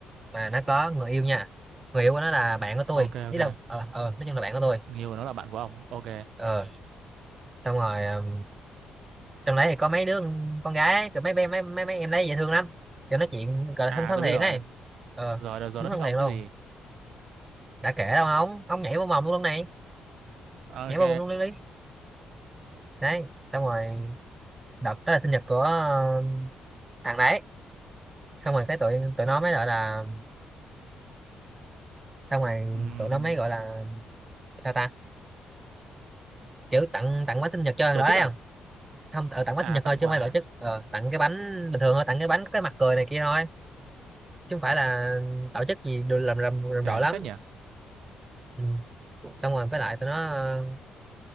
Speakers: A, on the right; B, on the right.
A: mà nó có người yêu nha người yêu của nó là bạn của tôi
B: ok
A: ý
B: ok
A: là ờ ờ nói chung là bạn của tôi
B: người yêu của nó là bạn của ông ok
A: ờ xong rồi ờ, trong đấy thì có mấy đứa con con gái ấy, kiểu mấy bé mấy mấy mấy em đấy dễ thương lắm kiểu nói chuyện gọi là
B: à
A: thân thân
B: tôi
A: thiện
B: biết rồi
A: ấy ờ
B: rồi rồi, rồi
A: đúng
B: nó
A: thân
B: thích ông
A: thiện luôn
B: chứ gì
A: đã kể đâu ông ông nhảy vào mồm luôn này
B: ok
A: nhảy vào mồm luôn đi đấy xong rồi đợt đó là sinh nhật của ờ, thằng đấy xong rồi cái tụi tụi nó mới gọi là xong rồi
B: Ừm,
A: tụi nó mới gọi là sao ta kiểu tặng tặng bánh sinh nhật cho thằng
B: tổ
A: đó
B: chức
A: đấy
B: à
A: không không ờ, tặng bánh
B: à
A: sinh nhật
B: tặng
A: thôi
B: quà
A: chứ không phải tổ chức ờ, tặng cái bánh bình thường thôi tặng cái bánh có cái mặt cười này kia thôi chứ không phải là tổ chức gì đồ làm làm, làm
B: ok
A: rộ lắm
B: phết nhỉ
A: ừ. xong rồi với lại tụi nó ờ,